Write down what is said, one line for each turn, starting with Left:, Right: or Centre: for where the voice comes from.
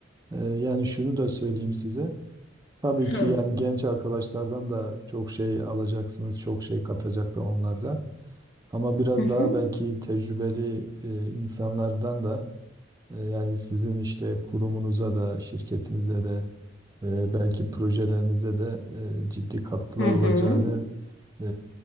Right: E, yani şunu da söyleyeyim size. Tabii
Left: Hıı.
Right: ki yani genç arkadaşlardan da çok şey alacaksınız, çok şey katacak da onlar da. Ama biraz
Left: Hı
Right: daha
Left: hı.
Right: belki tecrübeli e, insanlardan da e, yani sizin işte kurumunuza da şirketinize de e, belki projelerinize de e, ciddi katkılar
Left: Hı hı.
Right: olacağını e,